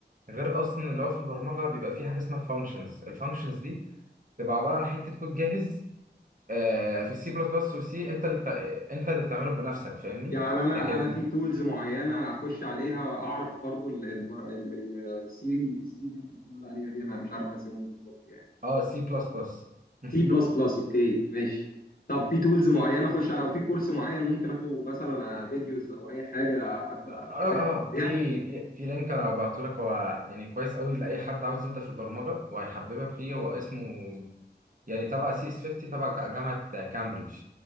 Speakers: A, on the right; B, on the left.
A: غير اصلا اللي هو في البرمجه بيبقى في حاجه اسمها فانكشنز الفانكشنز دي بتبقى عباره عن حته كود جاهز آه، في السي بلس بلس والسي انت اللي بتاع... انت اللي بتعمله بنفسك فاهمني
B: يعني انا
A: لكن
B: انا في تولز معينه اخش عليها اعرف برضو السي السي اللي انت بتقول عليها دي انا مش عارف اسمهم بالظبط يعني
A: اه سي بلس بلس <laughs>
B: سي بلس بلس اوكي ماشي طب في تولز معينه اخش على او في كورس معين ممكن اخده مثلا على فيديوز او اي حاجه ابدا
A: اه اه
B: اذاكر عليها
A: في في في لينك انا لو بعته لك هو يعني كويس قوي لاي حد عاوز يبدا في البرمجه وهيحببك فيه هو اسمه يعني تبع سي اس 50 تبع جا- جامعه كامبريدج